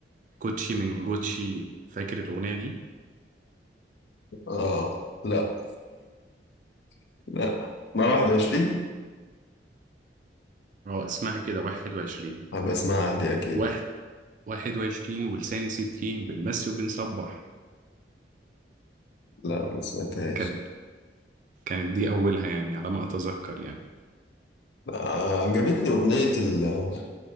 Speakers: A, on the right; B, on the left.
A: كوتشي من جوتشي فاكر الأغنية دي؟
B: اه لا <laughs> لا ما 21
A: اه اسمها كده 21
B: هبقى اسمعها هادية أكيد
A: واحد 21 ولساني 60 بنمسي وبنصبح
B: لا ما سمعتهاش
A: كانت كانت دي أولها يعني على ما أتذكر يعني
B: آه، عجبتني أغنية ال-